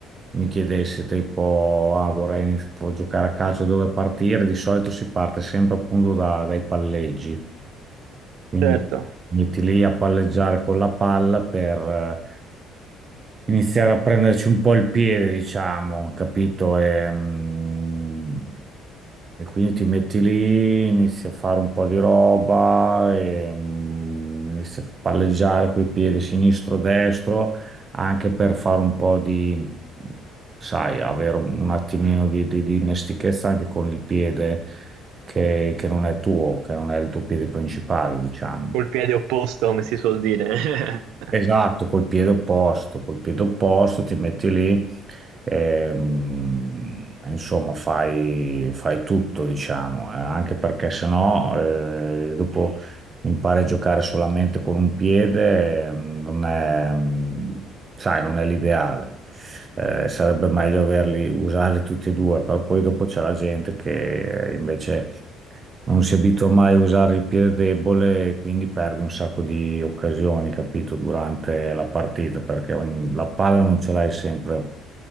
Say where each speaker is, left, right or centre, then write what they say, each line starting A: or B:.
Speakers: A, on the right (about 25°); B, on the right (about 80°).
A: mi chiedessi tipo, ah, vorrei iniz- vo- giocare a calcio, dove partire? Di solito si parte sempre appunto da- dai palleggi. Quindi
B: Certo,
A: metti lì a palleggiare con la palla per iniziare a prenderci un po' il piede, diciamo, capito? E, mm, e quindi ti metti lì, inizi a fare un po' di roba, e, mm, inizi a palleggiare coi piedi sinistro-destro, anche per fare un po' di, sai, avere un, un attimino di, di, di dimestichezza anche con il piede che, che non è tuo, che non è il tuo piede principale, diciamo.
B: col piede opposto, come si suol dire. <laughs>
A: Esatto, col piede opposto, col piede opposto ti metti lì, ehm, insomma, fai, fai tutto, diciamo, eh, anche perché sennò eh, dopo impari a giocare solamente con un piede, eh, non è, mm, sai, non è l'ideale. Eh, sarebbe meglio averli, usarli tutti e due, però poi dopo c'è la gente che eh, invece non si abitua mai a usare il piede debole e quindi perdi un sacco di occasioni, capito, durante la partita, perché ogni- la palla non ce l'hai sempre.